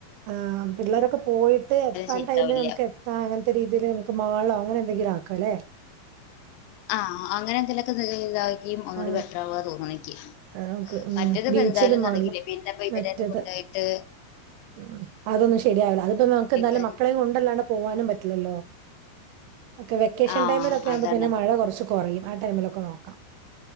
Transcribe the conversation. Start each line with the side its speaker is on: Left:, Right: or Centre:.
Right: ആഹ് പിള്ളേരൊക്കെ പോയിട്ട് എത്താൻ
Left: സെറ്റാവില്ല
Right: ടൈമിൽ നമക്കെ അങ്ങനത്തെ രീതിയില് നമക്ക് മാളോ അങ്ങനെ എന്തെങ്കിലും ആക്കാംല്ലേ?
Left: ആഹ് അങ്ങനെ എന്തേലൊക്കെതവുകി ഒന്നുകൂടി
Right: ആ
Left: ബെറ്റർ ആവാ തോന്നണു ഇക്ക്.
Right: അത് നമുക്ക് ഉം
Left: മറ്റേത്പ്പോ
Right: ബീച്ചിലും
Left: എന്തായാലും
Right: മാളിലും
Left: നടകില്ല പിന്നെപ്പോ ഇവരെ
Right: മറ്റേത്
Left: കൊണ്ടുപോയിട്ട്
Right: ഉം അതൊന്നും ശരിയാവില്ല അതിപ്പോ നമുക്ക് എന്തായാലും
Left: കാര്യ
Right: മക്കളെയും കൊണ്ടല്ലാതെ പോവാനും പറ്റില്ലല്ലോ ക്കെ വെക്കേഷൻ
Left: ആ
Right: ടൈമിലൊക്കെ ആവുമ്പോ
Left: അതാണ്
Right: പിന്നെ മഴ കൊറച്ച് കൊറയും ആ ടൈമിലൊക്കെ നോക്കാം.